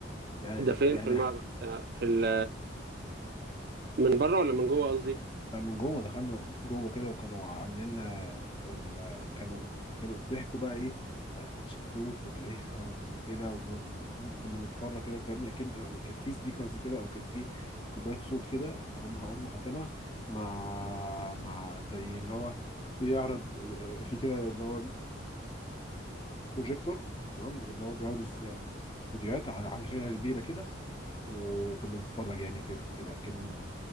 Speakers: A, on the left; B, on the right.
A: يعني
B: ده فين
A: يعني
B: في المعبد آه، في ال... من بره ولا من جوه قصدي
A: لا من جوه دخلنا جوه كده وكانوا عاملين لنا ال... كانوا كانوا بيحكوا بقى ايه آه، حتشبسوت وتاريخها وكده وال- وكنا بنتفرج كده فاهمني اكيد كان في سبيكرز كده او كان في كوبايات صوت كده هم هم حاطينها مع مع زي اللي هو بيعرض آه، في كده اللي هو بروجيكتور تمام اللي هو بيعرض الس- فيديوهات على على شاشة كبيرة كده وكنا بنتفرج يعني كده كده كان